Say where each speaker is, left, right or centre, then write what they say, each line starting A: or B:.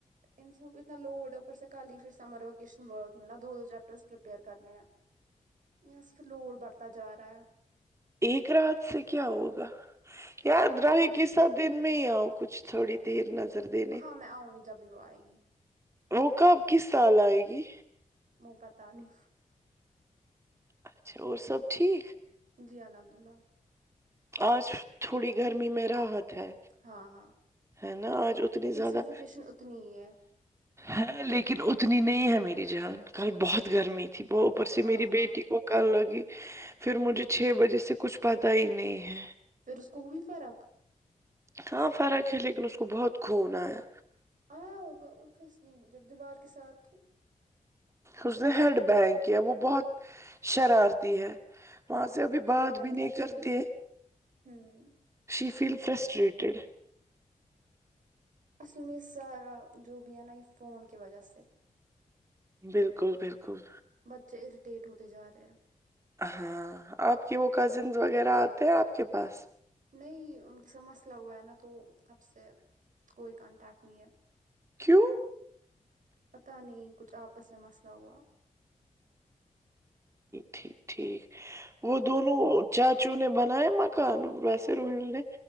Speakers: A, on the right; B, on the right.
A: ان سب اتنا لوڈ ہے اوپ سے کہی سمر وکشن ورک ملا دو دو چیپٹر پرپئر کرنے ہیں یہ سے پھر لڑ برتا جا رہا ہے
B: ایک رات سے کیا ہوگا یاد رہاہ
A: ہاں
B: کی
A: میں
B: سب دن میں ہی آؤ کچ تھوڑی دیر نظر دینے
A: ہاں میں آؤں گی جب بھی وہ آئے گی
B: روک اب کس سال آئے گی
A: وہ پتاہ نہیں
B: اچھا اور سب ٹھیک
A: جی الحمد للہ
B: آج تھوڑی گرمی میں راحت ہے
A: ہاں ہاں
B: ہے نا آج اتنی
A: لیکن
B: زیادہ
A: سفیکیشن اتنی ہی ہے
B: ہے لیکن اتنی نہیں ہے میری جان کل بہت گرمی تھی تھی وہ اوپر سے
A: ہاں
B: میری
A: ہاں
B: بیٹی کو کر لگی پھر مجھے چھ بجے سے کچھ پتا ہی نہیں ہے ہا
A: پھر اس کو بھی فرق
B: ہاں فرق ہے لیکن ا اس کو بہت خون آیا
A: آیا ہوگا اوبویسلی جب دیوار کے ساتھ تو
B: اس نے ہیڈ بگ کیا وہ بہت شرارتی ہے وہاں سے ابھی
A: کیا
B: بات
A: ہی کرے
B: بھی نہیں
A: بچے
B: کرتے
A: ہی ہوں
B: شی فیل فرسٹریٹیڈ
A: اصل میں سارا جو بھی ہے نا یہ فون کی وجہ سے
B: بالکل بالکل
A: بچے اریٹیٹ ہوتے جا رہے ہیں
B: ہاں آپ کے وہ کزن وغیرہ آتے ہیں آپ کے پاس
A: نہیں ان کے سا مسئلہ ہوا ہے نا تو تب سے کوئی کانٹیکٹ نہیں ہے
B: کیوں
A: پتا نہیں کچھ آپس میں مسئلہ ہوا
B: ٹھیک ٹھیک وہ دونوں چاچو نے بناائے مکان ویسے روہل نے